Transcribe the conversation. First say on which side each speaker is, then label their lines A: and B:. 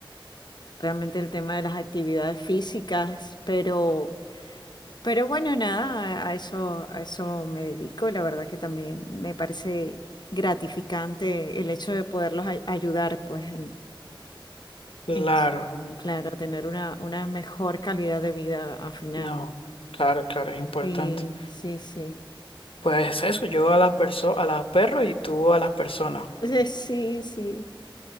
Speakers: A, on the left; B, on the left.
A: realmente el tema de las actividades físicas, pero, pero bueno, nada, a, a eso, a eso me dedico. La verdad que también me parece gratificante el hecho de poderlos ay- ayudar, pues, en,
B: Claro.
A: en su- claro, a tener una, una mejor calidad de vida al final.
B: No, claro, claro, es importante.
A: Sí, sí, sí. <laughs>
B: Pues eso, yo a las perso a los perros y tú a las personas.
A: Sí, sí, sí.